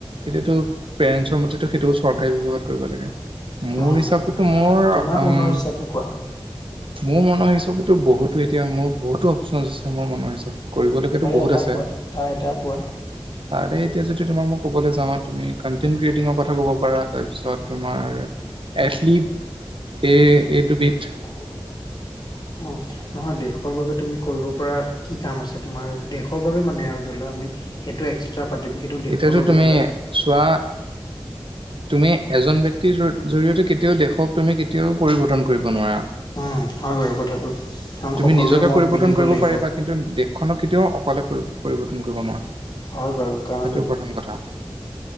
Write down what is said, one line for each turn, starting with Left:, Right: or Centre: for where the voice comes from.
Right: এতিয়াতো পেৰেন্টছৰ মতেতো সেইটোও চৰকাৰী বিভাগত কৰিব লাগে, মোৰ
Left: উম,
Right: হিচাপত টোৰ মোৰ
Left: তোমাৰ
Right: উম।
Left: মনৰ ইচ্ছাটো কোৱা।
Right: মোৰ মনৰ হিচাপততো বহুতো এতিয়া, মোৰ বহুতো অপশচন আছে, মোৰ মনৰ হিচাপত কৰিবলগেতো বহুত
Left: এটা
Right: আছে।
Left: কোৱা, তাৰে এটা কোৱা।
Right: তাৰে, এতিয়া যদি তোমাক মই ক'বলৈ যাওঁ, তুমি কনটেনট ক্ৰিয়েটিঙৰ কথা ক'ব পাৰা। তাৰপিছত তোমাৰ
Left: এছ
Right: এথলিট এই এই দুবিধ
Left: অ' নহয় দেশৰ বাবে তুমি কৰিব পৰা কি কাম আছে। তোমাৰ দেশৰ বাবে মানে আৰু ধৰি লোৱা আমি সেইটো এক্সট্ৰা পাতিম। কিন্তু দেশৰ
Right: এতিয়াতো
Left: বাবে
Right: তুমি
Left: ধৰি লোৱা
Right: চোৱা। তুমি এজন ব্যক্তিৰ জৰিয়তে কেতিয়াও দেশক তুমি কেতিয়াও পৰিৱৰ্তন কৰিব নোৱাৰা।
Left: অ' হয় বাৰু কথাটো। কাৰণ
Right: তুমি
Left: সকলোৰে
Right: নিজকে
Left: মত
Right: পৰিৱৰ্তন
Left: মিলিব
Right: কৰিব
Left: লাগিব
Right: পাৰিবা। কিন্তু দেশখনক কেতিয়াও অকলে পৰি পৰিৱৰ্তন কৰিব নোৱাৰা।
Left: হয় বাৰু, কাৰণ
Right: সেইটো প্ৰথম কথা